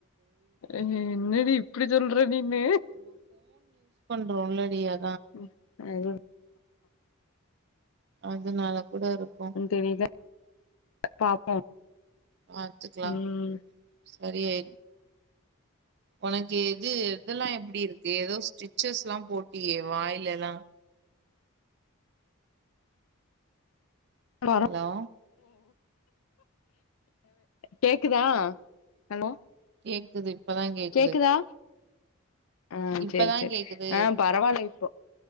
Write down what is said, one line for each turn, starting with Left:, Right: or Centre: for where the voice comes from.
Left: என்னடி இப்டி சொல்ற நீனு
Right: தோண்லடி அ
Left: ம் <inaudible>
Right: அதுனால கூட இருக்கு
Left: தெரியல பாப்போ
Right: பாத்துக்கலா
Left: ம்
Right: சரியாயி உனக்கு எது இதெல்லா எப்டி இருக்கு ஏதோ ஸ்டிச்சர்ஸ் லா போட்டியே வாயில எல்லா
Left: பரவ
Right: ஹலோ
Left: கேக்குதா ஹலோ
Right: கேக்குது இப்பதா கேக்குது
Left: கேக்குதா ஆ
Right: இப்பதா
Left: செரி செரி
Right: கேக்குது
Left: ஆ பரவால்ல இப்போ